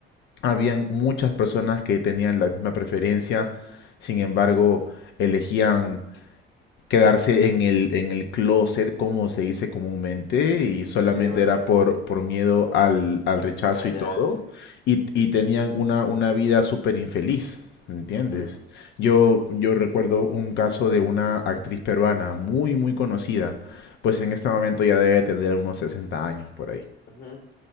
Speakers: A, on the left; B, on the left.
A: habían muchas personas que tenían la misma preferencia, sin embargo, elegían quedarse en el, en el closet, como se dice comúnmente, y solamente
B: Sí, ¿verdad?
A: era por, por miedo al, al rechazo
B: Callarse.
A: y todo, y, y tenían una, una vida súper infeliz, ¿entiendes?
B: Ujú,
A: Yo, yo recuerdo un caso de una actriz peruana muy, muy conocida, pues en este momento ya debe tener unos 60 años por ahí.
B: ujú,